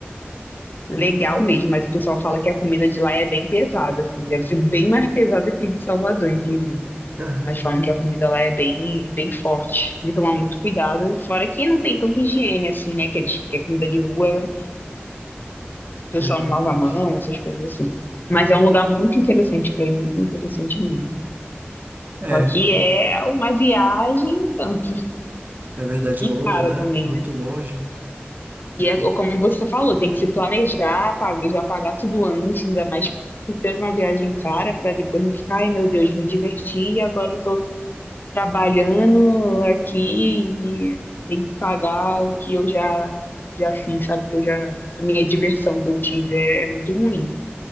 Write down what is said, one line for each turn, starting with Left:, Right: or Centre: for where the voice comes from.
Left: legal mesmo, mas o pessoal fala que a comida de lá é bem pesada, assim, deve ser bem mais pesada que de Salvador, inclusive.
Right: <laughs> aham.
Left: Mas falam que a comida lá é bem, bem forte. Tem que tomar muito cuidado. Fora que não tem tanta higiene, assim, né? Que, eles, que a comida de rua, o pessoal
Right: É verdade.
Left: não lava a mão, essas coisas assim. Mas é um lugar muito interessante pra ir, muito interessante mesmo.
Right: É,
Left: Só que é uma viagem e tanto.
Right: é verdade
Left: E
Right: longa,
Left: cara também,
Right: né? Muito
Left: né?
Right: longe.
Left: E
Right: E tem...
Left: é o- como você falou, tem que se planejar, pagar, já pagar tudo antes, ainda mais por ser uma viagem cara, para depois não ficar, ai meu Deus, me diverti e agora eu tô trabalhando aqui e tem que pagar o que eu já já fiz, sabe? Que eu já a minha diversão que eu tive é, é muito ruim.